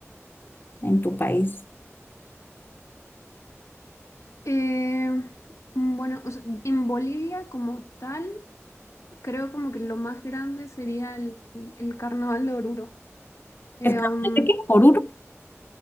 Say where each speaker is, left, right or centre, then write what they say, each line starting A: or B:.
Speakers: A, on the left; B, on the left.
A: en tu país?
B: Eh, mm, bueno, o sea, en Bolivia como tal, creo como que lo más grande sería el, el carnaval de Oruro. Eh,
A: ¿El carnaval
B: um,
A: de qué? ¿Oruro?